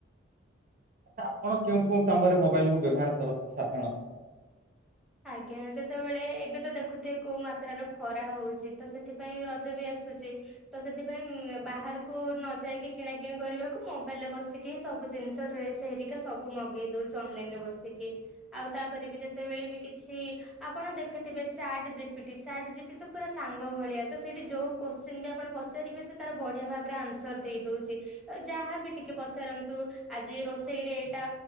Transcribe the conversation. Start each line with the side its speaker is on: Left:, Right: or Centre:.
Right: ତ ଆପଣ କେଉଁ କେଉଁ କାମରେ ମୋବାଇଲ କୁ ବ୍ୟବହାର କରନ୍ତି ସାଧାରଣତଃ?
Centre: ଆଜ୍ଞା ଯେତେବେଳେ ଏବେ ତ ଦେଖୁଥିବେ କୋଉ ମାତ୍ରାରେ ଖରା ହଉଛି ତ ସେଥିପାଇଁ ରଜ ବି ଆସୁଚି ତ ସେଥିପାଇଁ ବାହାରକୁ ନ ଯାଇକି କିଣା କିିଣି କରିବାକୁ ମୋବାଇଲ ରେ ବସିକି ହିଁ ସବୁ ଜିନିଷ ଡ୍ରେସ ହେରିକି ସବୁ ମଗେଇ ଦଉଛି ଅନଲାଇନ ରେ ବସିକି ଆଉ ତାପରେ ବି ଯେତେବେଳେ ଛି ଆପଣ ଦେଖିଥିବେ ଚାଟ ଜିପିଟି ଚାଟ ଜିପିଟି ତ ପୁରା ସାଙ୍ଗ ଭଳିଆ ତ ସେଇଠି ଯୋଉ କୋଶ୍ଚିନ ବି ଆପଣ ପଚାରିବେ ସେ ତାର ବଢିଆ ଭାବରେ ଆନ୍ସର ଦେଇ ଦଉଛି ଯାହାବି ଟିକେ ପଚାରନ୍ତୁ ଆଜି ରୋଷେଇରେ ଏଇଟା